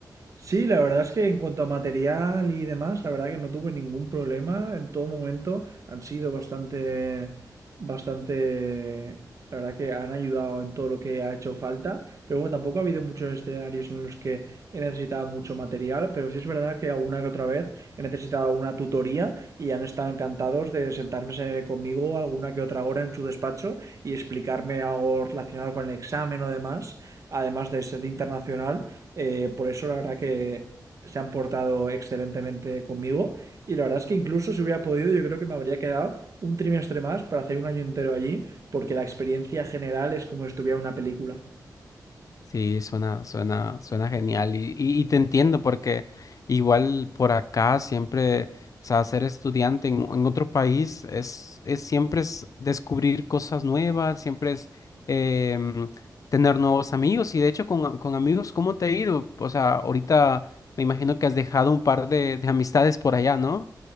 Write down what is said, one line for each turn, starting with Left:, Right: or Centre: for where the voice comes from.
Right: Sí, la verdad es que en cuanto a material y demás, la verdad que no tuve ningún problema en todo momento. Han sido bastante, bastante, la verdad que han ayudado en todo lo que ha hecho falta. Pero bueno, tampoco ha habido muchos escenarios en los que he necesitado mucho material, pero sí es verdad que alguna que otra vez he necesitado una tutoría y han estado encantados de sentarme conmigo alguna que otra hora en su despacho y explicarme algo relacionado con el examen o demás además de ser internacional, eh, por eso la verdad que se han portado excelentemente conmigo y la verdad es que incluso si hubiera podido yo creo que me habría quedado un trimestre más para hacer un año entero allí porque la experiencia general es como si estuviera en una película.
Left: Sí, suena, suena, suena genial y, y, y te entiendo porque igual por acá siempre, o sea, ser estudiante en, en otro país es, es siempre es descubrir cosas nuevas, siempre es em, tener nuevos amigos y de hecho con, con amigos, ¿cómo te ha ido? O sea, ahorita me imagino que has dejado un par de, de amistades por allá, ¿no?